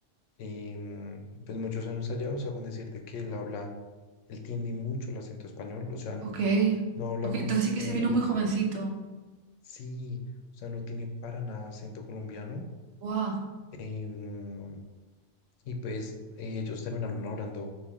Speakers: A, on the left (about 80°); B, on the right (about 60°).
A: Y mm, pues muchos años allá, o sea, con decirte que él habla, él tiene mucho el acento español, o sea, n-
B: Ok.
A: no habla
B: Ok,
A: como,
B: entonces sí que
A: como,
B: se vino muy jovencito.
A: sí, o sea, no tiene para nada acento colombiano.
B: Wow.
A: Y, mm, y pues eh, ellos terminaron hablando